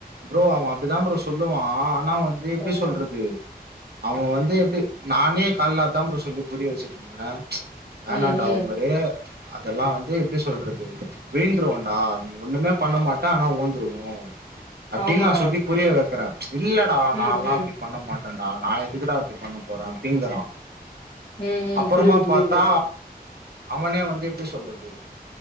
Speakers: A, on the right (about 80°); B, on the left (about 40°).
A: ப்ரோ அவன் அப்புடிதா ப்ரோ சொல்லுவா ஆனா வந்து எப்புடி
B: ம்
A: சொல்றது அவன் வந்து எப்புடி நானே காலையில அதா ப்ரோ சொல்லி புரிய வச்சுட்டு இருந்தே வேனாண்டா
B: ம் ம்
A: ப்ரோ அத எல்லா வந்து எப்புடி சொல்றது வீழ்ந்துரு வா ஆ நீ ஒண்ணுமே பண்ண மாட்ட ஆனா விழ்ந்துருவோ அப்புடின்னு
B: ஆமா
A: நா சொல்லி புரிய வைக்கறே இல்லடா
B: ம்
A: நா லா
B: ம்
A: அப்புடி பண்ண மாட்டேடா நா எதுக்குட அப்புடி பண்ண போறே அப்புடிங்குறா
B: ம் ம்
A: அப்புறமா
B: புரியுது புரியுது
A: பாத்தா அவனே வந்து எப்புடி சொல்றது